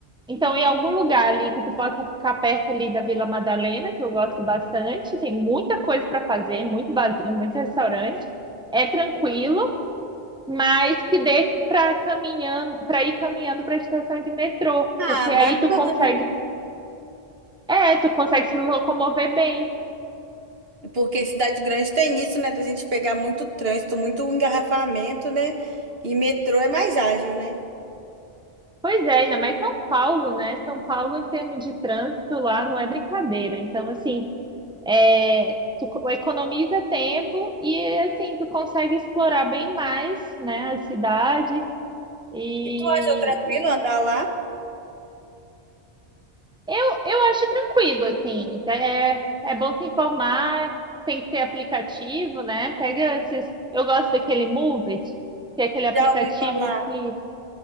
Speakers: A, in the centre; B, on the right (about 70°).
A: Então, em algum lugar ali que tu possa ficar perto ali da Vila Madalena, que eu gosto bastante, tem muita coisa para fazer, muito barzinho, muito restaurante é tranquilo, mas que dê para caminhando, para ir caminhando para a estação de metrô,
B: Ah,
A: porque aí
B: bacana.
A: tu consegue, é, tu consegue se locomover bem.
B: Porque cidade grande tem isso, né? Da gente pegar muito trânsito, muito engarrafamento, né? E metrô é mais ágil, né?
A: Pois é, ainda mais São Paulo, né? São Paulo, em termos de trânsito lá, não é brincadeira. Então, assim, é, tu co- economiza tempo e, assim, tu consegue explorar bem mais, né, a cidade. E,
B: E tu achou tranquilo andar lá?
A: Eu, eu acho tranquilo, assim. É, é bom se informar, tem que ter aplicativo, né? Pega esses. Eu gosto daquele Move It, que é aquele aplicativo
B: Já ouvi falar.
A: que